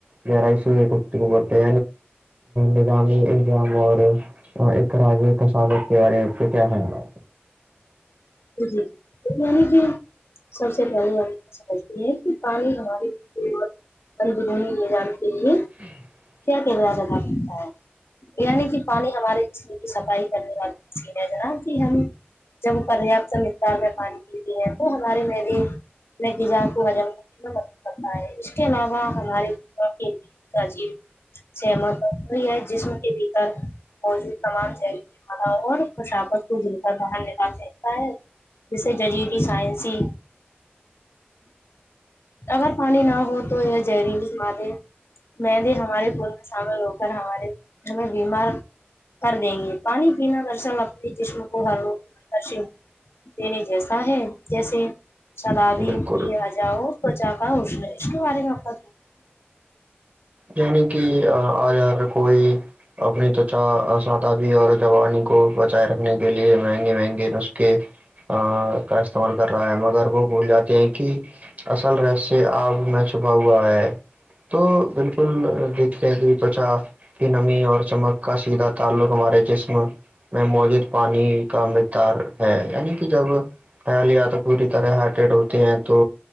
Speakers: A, on the right; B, on the left.
A: گرائی سے کتی کوکتے نظامی انظام اور اراج کثافت کے بارے میں سے کیا خیال ہے
B: جی جی یعنی جی سب سے پہلی آ سمجھتی ہے کہ پانی ہماری قت ان بوون نہیں ج آگتیی
A: <unintelligible>
B: کیا کردار جما کرتا ہے یعنی کی پانی ہمارے اس کی صفائی کرنے والی ا جناب کہ ہم جب وہ کر رہے ہیں آپ سے مقدار میں پانی ہیں تو ہمارے میں بھی اپنے غذا کو حجم کرنے میں مدد کرتا ہے اس کے علاوہ ہمارے کا جیب سہمت ہی ہے جسم کے بھیتر موجود تمام ج والا اور خشاابت کو دل کر باہر نکال دیتا ہے جیسے جزیدی سائنسی اگر پانی نہ ہو تو یا زہریلی م دے میں بھی ہماری پورن سامل ہو کر ہمارے ہمیں بیمار کر دیں گے پانی پینا درصل اپنے جسم کو ہر روگ درل دینے جیسا ہے جیسے سلاابی
A: ہیں؟ بالکل
B: ا پچا کاا اسن اس کے بارے میں آپ کا
A: یعنی کہ اگرگر کوئی اپنی تچا اسادابی اور جوانی کو بچائے رکھنے کے لیے مہنگے مہنگے نسخے ا کا استعمال کر رہا ہے مگر وہ بھول جاتے ہیں کہ اصل رہسیہ آب میں چھپا ہوا ہے تو بالکل فل دکھتے کہ توچا کی نمی اور چمک کا سیدھا تعلق ہمارے جسم میں موجود پانی کا مقدار ہے یعنی کہ جب خیالیا تو پوری طرح ہارٹٹ ہوتے ہیں تو